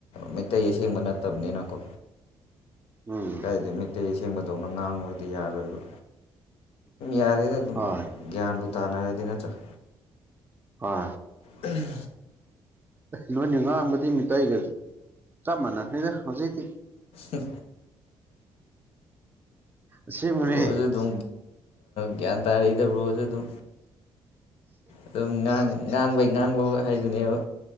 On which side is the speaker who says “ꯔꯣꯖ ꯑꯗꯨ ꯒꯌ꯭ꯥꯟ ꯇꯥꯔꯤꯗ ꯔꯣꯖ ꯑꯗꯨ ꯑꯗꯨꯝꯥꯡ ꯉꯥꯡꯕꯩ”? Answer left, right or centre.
Left